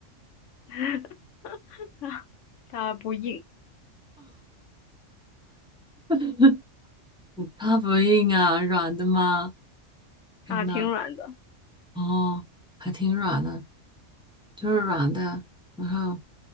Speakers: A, on the left (about 75°); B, in the centre.
A: <laughs> 它它不硬
B: <laughs> 它不硬啊，软的吗？天呐，
A: 啊，挺软的。
B: 哦，还挺软的，就是软的，然后